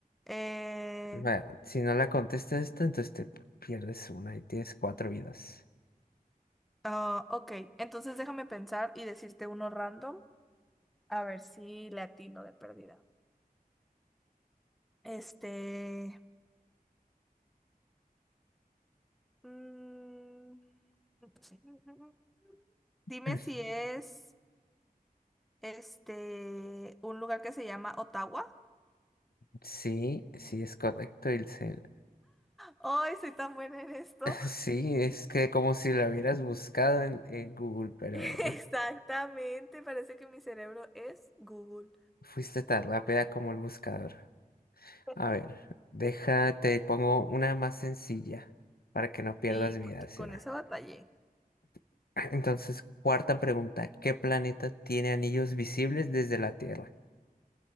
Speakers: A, in the centre; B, on the left (about 80°).
A: eh,
B: Va, si no la contestas esto, entonces te pierdes una y tienes cuatro vidas.
A: ah, ok, entonces déjame pensar y decirte uno random. A ver si le atino de pérdida. Este. mm, <laughs> dime
B: Mm.
A: si es este un lugar que se llama Ottawa.
B: Sí, sí es correcto, Ilse.
A: Ay, soy tan buena en esto.
B: <laughs> Sí, es que como si la hubieras buscado en, en Google,
A: <laughs>
B: pero
A: Exactamente, parece que mi cerebro es Google.
B: <laughs> fuiste tan rápida como el buscador.
A: <laughs>
B: A ver, déjate, pongo una más sencilla para que no pierdas
A: Sí,
B: vida,
A: porque
B: será.
A: con esa batallé.
B: <clears throat> Entonces, cuarta pregunta, ¿qué planeta tiene anillos visibles desde la Tierra?